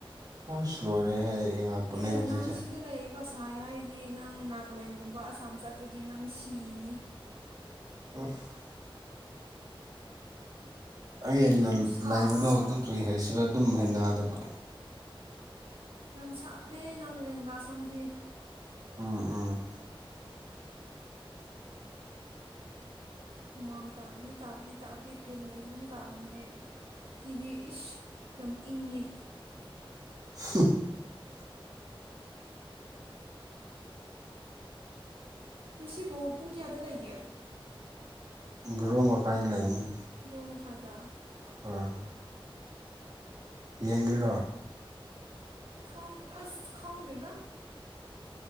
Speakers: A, on the right; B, on the right.
A: ꯍꯁ ꯂꯣꯏꯔꯦꯍꯦ ꯉꯥꯛꯄꯅꯦ
B: ꯍꯦ
A: ꯍꯧꯖꯤꯛꯁꯦ
B: ꯅꯪ ꯑꯁꯤꯗ ꯂꯩꯌꯦꯀꯣ <unintelligible> ꯁꯥꯏ ꯍꯥꯏꯗꯤ ꯅꯪ ꯅꯥꯒꯥꯂꯦꯟꯒꯨꯝꯕ ꯑꯁꯥꯝ ꯆꯠꯂꯗꯤ ꯅꯪ ꯁꯤꯅꯤ
A: ꯎꯝꯐ ꯑꯩꯅ
B: ꯈꯨꯁꯥ
A: ꯂꯩꯕꯗꯣ
B: ꯑꯃ
A: ꯑꯗꯨ
B: ꯅꯪ
A: ꯀꯔꯤ ꯍꯥꯏꯁꯤꯔꯥ ꯑꯗꯨꯝ ꯍꯩꯅꯗꯕ
B: ꯌꯥꯝ ꯁꯥꯕꯅꯦ ꯅꯒꯥꯂꯦꯟꯒ ꯑꯁꯥꯝꯗꯤ
A: ꯎꯝ ꯎꯝ
B: ꯍꯨꯃꯥꯡ ꯇꯥꯕꯗꯤ ꯇꯥꯕꯗꯤ ꯇꯥꯕꯗꯤ ꯐꯦꯟ ꯂꯩꯁꯨ ꯑꯗꯨꯝ ꯇꯥꯕꯅꯦꯍꯦ ꯁꯤꯗꯤ ꯏꯁ ꯌꯥꯝ ꯏꯪꯉꯦ
A: <inaudible>
B: ꯉꯁꯤꯕꯧꯛ ꯄꯨꯡ ꯀꯌꯥꯗ ꯂꯩꯒꯦ
A: ꯕꯔꯣ ꯃꯈꯥꯏꯗ ꯂꯩꯕꯅꯤ
B: ꯕꯣꯡ ꯃꯈꯥꯏꯗ
A: ꯑꯥ ꯌꯦꯡꯒꯦꯔꯣ
B: ꯈꯪ ꯑꯁ ꯈꯪꯗꯦꯗꯥ